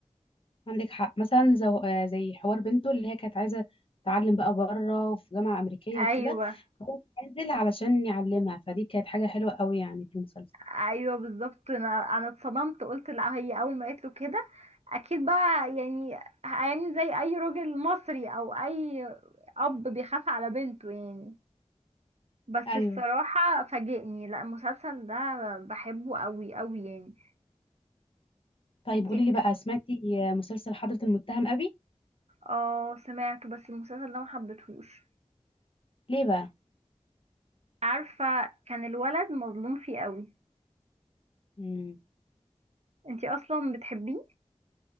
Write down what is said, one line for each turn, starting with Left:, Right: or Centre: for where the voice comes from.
Left: عندك حق مثلا زو... آه، زي حوار بنته اللي هي كانت عايزه تتعلم بقى بره وفي جامعه امريكيه
Right: ايوه
Left: وكده هو نازل علشان يعلمها فدي كانت حاجه حلوه قوي يعني في المسلسل
Right: ايوه بالظبط انا انا اتصدمت قلت لا هي اول ما قالت له كده اكيد بقى يعني هيعمل زي اي راجل مصري او اي اب بيخاف على بنته يعني بس
Left: ايوه
Right: الصراحه فاجئني لا المسلسل ده بحبه قوي قوي يعني
Left: طيب
Right: انتي
Left: قولي لي بقى سمعتي مسلسل حضرة المتهم ابي
Right: اه سمعته بس المسلسل ده ما حبيتهوش
Left: ليه بقى
Right: عارفه كان الولد مظلوم فيه قوي
Left: امم
Right: انتي اصلا بتحبيه